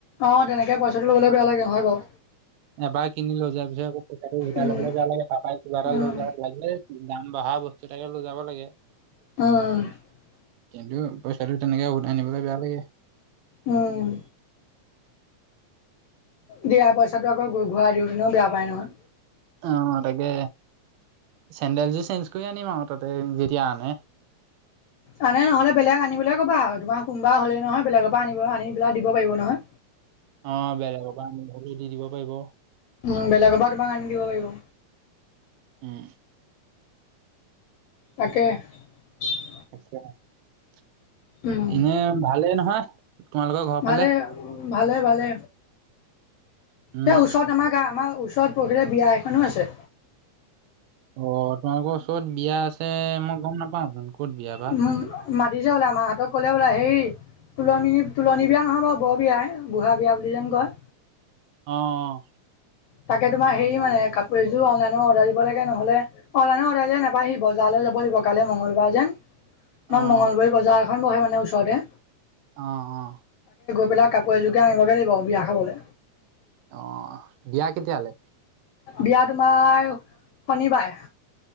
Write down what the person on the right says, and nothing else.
এবাৰ কিনি লৈ যোৱাৰ পিছত আকৌ পইচাতো উভটাই
লবলৈ যোৱা লাগে পাপাই কিবা এ
লৈ যোৱাৰ লাগিলে দাম বঢ়া বস্তু তাকে লৈ যাব লাগে।
কিন্তু পইচাটো তেনেকে উভতাই আনিবলৈ বেয়া লাগে।
অ তাকে চেণ্ডেলযোৰ চেঞ্জ কৰি আনিম আৰু তাতে যদি আনে।
অ', বেলেগৰ পৰা আমি মেলি দি দিব পাৰিব।
উম।
<unintelligible>
এনে ভালেই নহয়, তোমালোকৰ ঘৰ
ফালে?
উম,
অ' তোমালোকৰ ওচৰত বিয়া আছে মই গম নাপাওঁচোন ক'ত বিয়া বা?
অ',
অ',
অ', অ'।
অ', বিয়া কেতিয়ালে?